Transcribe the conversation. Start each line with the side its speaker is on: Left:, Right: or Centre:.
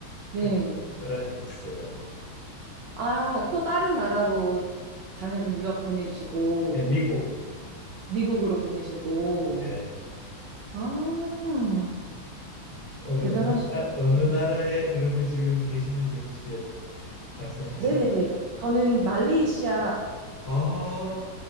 Right: 네.
Left: 그냥 특바하지 했어요.
Right: 아, 또 다른 나라로 자녀분 유학 보내시고,
Left: 네, 미국.
Right: 미국으로 보내시고.
Left: 네.
Right: 아,
Left: 어, 어느,
Right: 대단하시네.
Left: 나- 어느 나라에 그러면 지금 계시는지 혹시 여- 말씀하실?
Right: 네네. 저는 말레이시아에
Left: 아,